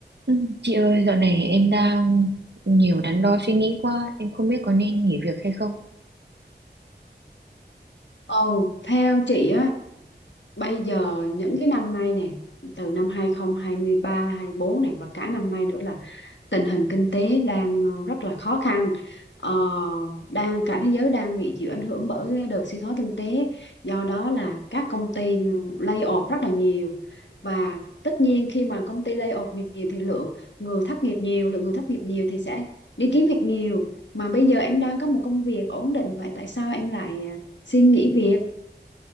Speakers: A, on the right; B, on the left.
A: Ừ, Chị ơi, dạo này em đang nhiều đắn đo suy nghĩ quá, em không biết có nên nghỉ việc hay không.
B: Ừ, theo chị á, bây giờ những cái năm nay nè, từ năm 2023, 24 này và cả năm nay nữa là tình hình kinh tế đang ờ, rất là khó khăn. Ờ, đang cả thế giới đang bị chịu ảnh hưởng bởi cái đợt suy thoái kinh tế, do đó là các công ty lay off rất là nhiều. Và tất nhiên khi mà công ty lay off nhiều thì lượng người thất nghiệp nhiều, lượng người thất nghiệp nhiều thì sẽ đi kiếm việc nhiều. Mà bây giờ em đang có một công việc ổn định vậy tại sao em lại ờ, xin nghỉ việc?